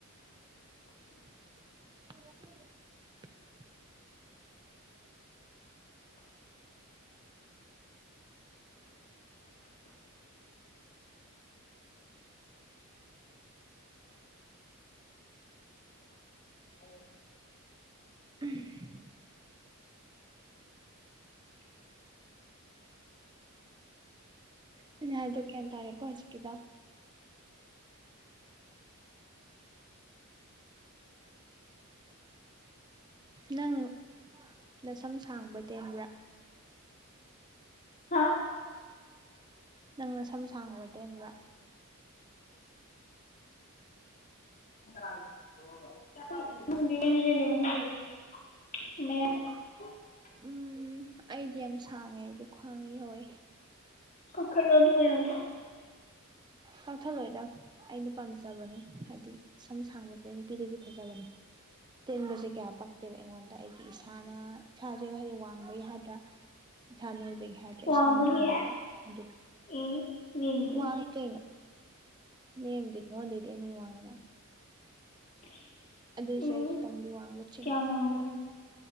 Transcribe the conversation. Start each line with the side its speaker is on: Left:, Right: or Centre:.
Right: <unintelligible>
Left: <inaudible>
Right: ꯎꯝ ꯑꯩꯅ ꯍꯥꯏꯗꯣ ꯒ꯭ꯌꯥꯟ ꯇꯥꯔꯦꯀꯣ ꯍꯧꯖꯤꯛꯀꯤꯗꯣ ꯅꯪ ꯅꯁꯝ ꯁꯥꯡꯕ꯭ꯔꯥ ꯇꯦꯟꯕ꯭ꯔꯥ
Left: ꯍꯥ
Right: ꯅꯪ ꯅꯁꯝ ꯁꯥꯡꯕ꯭ꯔꯥ ꯇꯦꯟꯕ꯭ꯔꯥ
Left: <inaudible> <unintelligible> <unintelligible>
Right: ꯎꯝ ꯑꯩꯗꯤ ꯌꯥꯝ ꯁꯥꯡꯉꯦ ꯑꯩꯗꯤ ꯈ꯭ꯋꯥꯡ ꯌꯧꯋꯤ
Left: ꯀꯛꯊꯠꯂꯣ ꯑꯗꯨ ꯌꯣꯟꯊꯣꯛꯑꯣ
Right: ꯀꯛꯊꯠꯂꯣꯏꯗ ꯑꯩꯅ ꯄꯥꯝꯖꯕꯅꯦ ꯍꯥꯏꯗꯤ ꯁꯝ ꯁꯥꯡꯕꯖꯦ ꯅꯨꯄꯤꯗꯗꯤ ꯐꯖꯕꯅꯦ ꯇꯦꯟꯕꯖꯦ ꯀꯌꯥ ꯄꯛꯇꯦꯕ ꯑꯩꯉꯣꯟꯗ ꯑꯩꯒꯤ ꯏꯁꯥꯅ ꯏꯁꯥꯖꯦ ꯍꯥꯏꯗꯤ ꯋꯥꯡꯕꯩ ꯍꯥꯏꯗ꯭ꯔꯥ ꯏꯁꯥ ꯅꯣꯏꯕꯒꯤ ꯍꯥꯏꯗ꯭ꯔꯦ
Left: ꯋꯥꯡꯕꯒꯤ
Right: ꯏꯁꯥꯅ ꯉꯝꯕꯗꯣ ꯑꯗꯨ
Left: ꯎꯝ ꯅꯦꯝꯃꯤꯗꯣ
Right: ꯂꯥꯡꯉꯦ ꯀꯩꯅꯣ ꯅꯦꯝꯗꯦ ꯅꯪꯉꯣꯟꯗꯩꯗꯤ ꯑꯩꯅ ꯍꯦꯟꯅ ꯋꯥꯡꯉꯤꯅ
Left: <unintelligible>
Right: ꯑꯗꯨꯏꯁꯨ
Left: ꯎꯝ
Right: ꯑꯩ ꯈꯤꯇꯪꯗꯤ ꯋꯥꯡꯕ ꯆꯤꯡꯉꯦ
Left: ꯀꯌꯥꯝ ꯋꯥꯡꯗꯕꯅꯣ